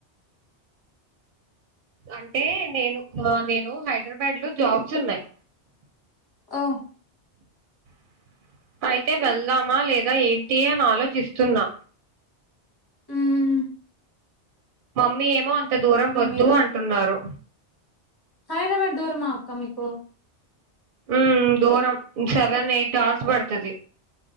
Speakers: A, on the right; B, on the left.
A: అంటే నేను నేను హైదరాబాద్ లో జాబ్స్ ఉన్నాయి
B: ఓ
A: <inaudible> అయితే వెళ్దామా లేదా ఏంటి అని ఆలోచిస్తున్నా
B: మ్మ్మ్మ్
A: మమ్మీ ఏమో అంత దూరం వద్దు
B: మీరు
A: అంటున్నారు
B: హైదరాబాద్ దూరమా అక్క మీకు
A: ఉ దూరం సెవెన్ ఎయిట్ అవర్స్ పడుతది